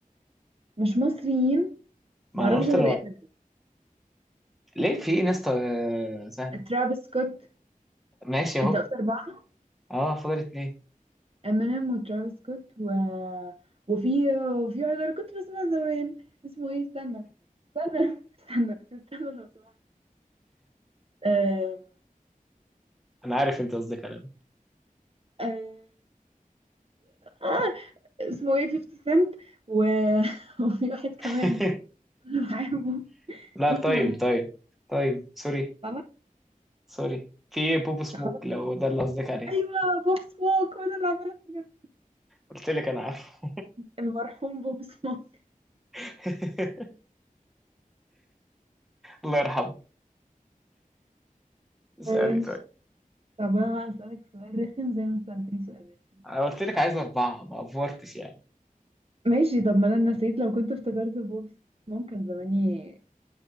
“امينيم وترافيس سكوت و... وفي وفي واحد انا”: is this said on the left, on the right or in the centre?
Right